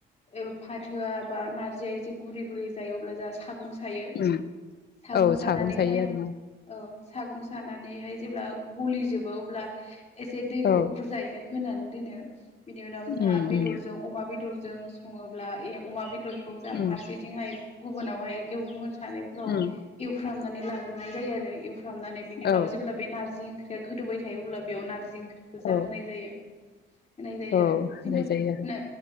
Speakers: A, on the left (about 30°); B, on the left (about 55°).
A: ओ फाथोआ बा नारजिया एसे गुरै गुरै जायो अब्ला जोंहा सा गं सायो
B: उम
A: सागं
B: औ
A: सानानैहाय
B: सायो आरोना
A: औ सागं सानानैहाय जेब्ला गलिजोबो अब्ला एसे दैखौ
B: औ
A: बुरजायैनो होनान दोनो बिनि उनाव जोंहा
B: उम
A: बेदरजों
B: उम
A: अमा बेदरजों सङोब्ला ए अमा बेदर खौ जा
B: उम
A: फारसेथिंहाय गुबुनावहाय गुबुन सारायफ्राव
B: उम
A: एवफ्रनानै लाग्रोनाय जायो आरो एवफ्रामनानै बिनि उनाव
B: औ
A: जेब्ला बे नारजि ओंख्रिया गोदौबाय थायो अब्ला बेयाव नारजि ओंख्रि जाहोनाय
B: औ
A: जायो। होनाय जायो
B: औ होनाय
A: आरो जेब्ला
B: जायो आरो
A: ना